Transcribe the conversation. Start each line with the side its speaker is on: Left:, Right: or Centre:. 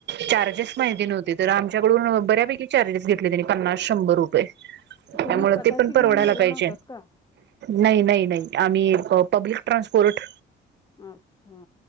Right: चार्जेस माहिती नव्हते तर आमच्याकडून बऱ्यापैकी चार्जेस घेतले त्यांनी पन्नास शंभर रुपये. त्यामुळ
Left: तुम्ही स्वतःची
Right: ते पण
Left: घेऊन
Right: परवडायला
Left: गेला
Right: पाहिजे.
Left: नव्हतात का
Right: नाही नाही नाही आम्ही पब्लिक ट्रान्सपोर्ट
Left: अच्छा